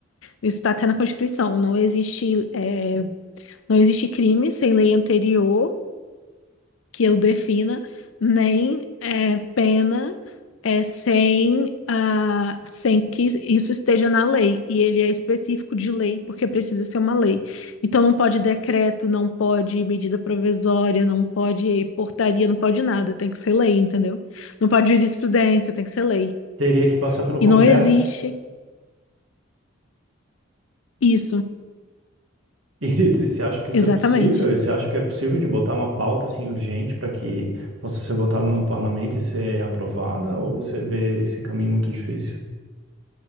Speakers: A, on the left; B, on the right.
A: isso está até na Constituição, não existe é, não existe crime sem lei anterior que eu defina, nem é, pena é, sem, ah, sem que isso esteja na lei. E ele é específico de lei, porque precisa ser uma lei. Então não pode decreto, não pode medida provisória, não pode portaria, não pode nada, tem que ser lei, entendeu? Não pode jurisprudência, tem que ser lei.
B: Teria que passar pelo
A: E
B: Congresso.
A: não existe isso,
B: E <laughs> você acha que isso
A: exatamente.
B: é possível? E você acha que é possível de botar uma pauta assim urgente para que possa ser votada no parlamento e ser aprovada? Ou você vê esse caminho muito difícil?